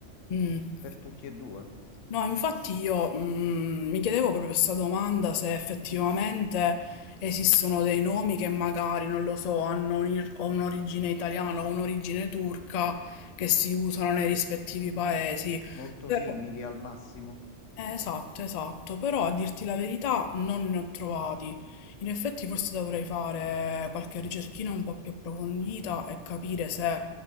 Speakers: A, on the left; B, on the left.
A: mm.
B: per tutti e due,
A: No, infatti io mm, mi chiedevo proprio questa domanda se effettivamente esistono dei nomi che magari, non lo so, hanno un- o un'origine italiana o un'origine turca che si usano nei rispettivi paesi.
B: molto
A: Però-
B: simili al massimo.
A: Eh, esatto, esatto, però a dirti la verità non ne ho trovati. In effetti forse dovrei fare qualche ricerchina un po' più approfondita e capire se